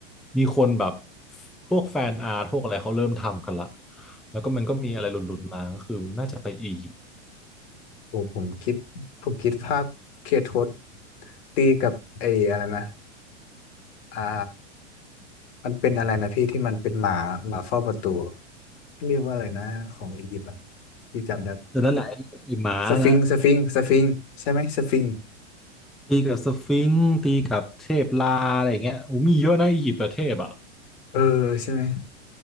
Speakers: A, in the centre; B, on the left (about 60°).
A: มีคนแบบพวกแฟนอาร์ตพวกอะไรเขาเริ่มทำกันละแล้วก็มันก็มีอะไรหลุดๆมาก็คือน่าจะไปอียิปต์
B: โอ้ผมคิดผมคิดภาพเคโทษตีกับไอ้อะไรนะอ่ามันเป็นอะไรนะพี่ที่มันเป็นหมาหมาเฝ้าประตูเรียกว่าอะไรนะของอียิปต์อ่ะพี่จำได้ปะ
A: เดี๋ยวนั้นแหละไอ้ไอ้หมาและ
B: สฟิงซ์สฟิงซ์สฟิงซ์ใช่ไหมสฟิงซ์
A: ตีกับสฟิงซ์ตีกับเทพลาอะไรอย่างเงี้ยโอ้มีเยอะนะอียิปต์ประเทศอ่ะ
B: เออใช่ไหม